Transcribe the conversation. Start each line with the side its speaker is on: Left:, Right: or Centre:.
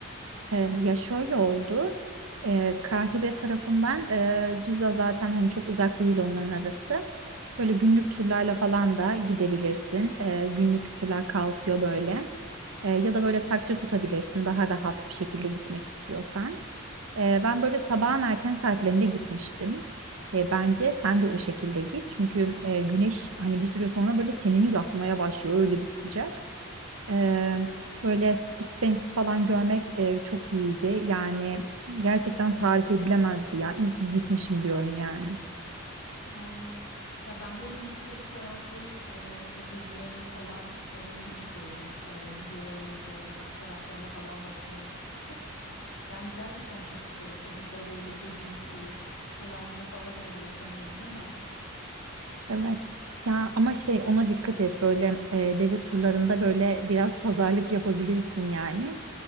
Right: Ee, Ya şöyle oldu. Ee, Kahire tarafından e, Giza zaten hani çok uzak değil onların arası. Böyle günlük turlarla falan da gidebilirsin. Ee, günlük turlar kalkıyor böyle. Ee, ya da böyle taksi tutabilirsin daha rahat bir şekilde gitmek istiyorsan. Ee, ben böyle sabahın erken saatlerinde gitmiştim. Ee, bence sen de o şekilde git. Çünkü e, güneş hani bir süre sonra böyle tenini yakmaya başlıyor öyle bir sıcak. Eee, böyle s- Sphinx falan görmek eee, çok iyiydi. Yani gerçekten tarif edilemezdi ya. İyi ki gitmişim diyorum yani.
Left: Aynen. Ya ben böyle Mısır seyahatleri e, işte gezilerinin falan şeylerini izliyorum. E, videolarını izliyorum. işte fotoğraflarına falan bakıyorum sık sık. Yani gerçekten çok güzel işte bu deveyle gezinti olayları falan oluyor sanırım değil mi?
Right: Evet. Ya ama şey ona dikkat et böyle e, deve turlarında böyle biraz pazarlık yapabilirsin yani.